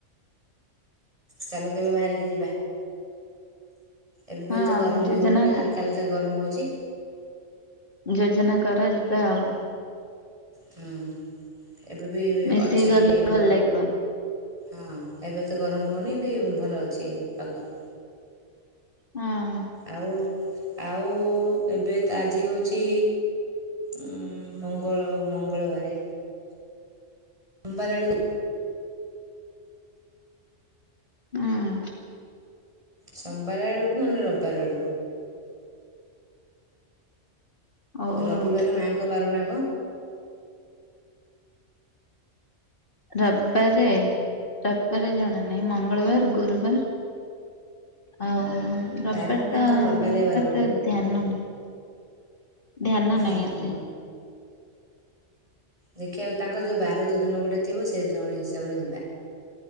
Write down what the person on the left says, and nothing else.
ହଁ
ଯୋଜନା
ଯୋଜନା କର ଯିବା ଆଉ
ମିଶିକି
ଗଲେ
ଲାଗିବ
ହଁ
ହଁ
ହଉ
ଆଉ
ରବାରେ ରବିବାରେ ଜଣା ନାହିଁ ମଙ୍ଗଳବାର ଗୁରୁବାର ଆଉଁ ଉଁ ଉଁ ଉଁ ରବାରଟା
ଉଁ
ଏତେ
ଧ୍ୟାନ ନାଇଁ ଧ୍ୟାନ
ନାଇଁ ଏତେ।